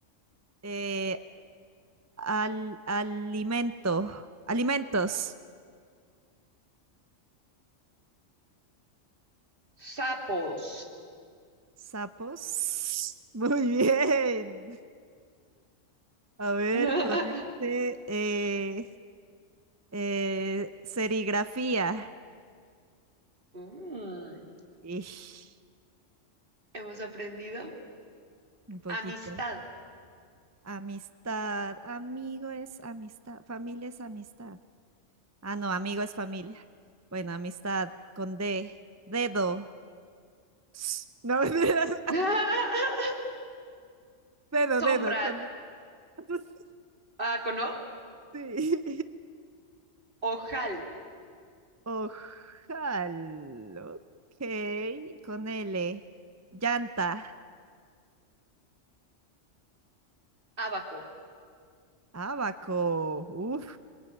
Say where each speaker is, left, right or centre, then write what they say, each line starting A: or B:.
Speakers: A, on the right; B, on the right.
A: eh, al- alimento, alimentos,
B: Sapos.
A: sapos. <laughs> Muy bien. A ver,
B: <laughs>
A: con este, eh, eh, serigrafía.
B: Mm,
A: Ish,
B: hemos aprendido
A: un poquito.
B: amistad.
A: Amistad, amigo es amistad, familia es amistad. Ah, no, amigo es familia. Bueno, amistad con D. Dedo. Ps, No, <laughs> mentiras.
B: <laughs>
A: dedo,
B: Sombra.
A: dedo, con... <laughs>
B: Ah, ¿cono?
A: Sí.
B: Ojal,
A: Ojalá. Ok, con L. Llanta.
B: Abaco.
A: Abaco. Uf,